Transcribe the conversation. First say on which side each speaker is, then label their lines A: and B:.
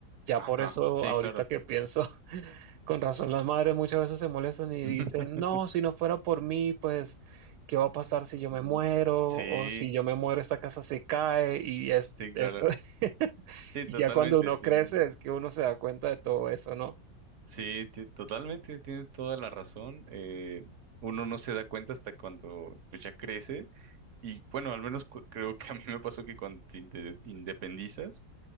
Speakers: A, on the right; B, on the right.
A: Ya
B: Ajá.
A: por eso,
B: Sí,
A: ahorita
B: claro.
A: que pienso, <laughs> con razón las madres muchas veces se molestan y
B: <laughs>
A: dicen, no, si no fuera por mí, pues, ¿qué va a pasar si yo me
B: Mm,
A: muero?
B: Sí,
A: O si yo me muero, esta casa se cae y es,
B: sí,
A: esto
B: claro.
A: <laughs>
B: Sí,
A: Y
B: totalmente.
A: ya cuando uno
B: Tienen.
A: crece es que uno se da cuenta de todo eso, ¿no?
B: Sí, ti- totalmente, tienes toda la razón. eh, uno no se da cuenta hasta cuando pues, ya crece. Y bueno, al menos cu- creo que a mí me pasó que cuando te inde- independizas,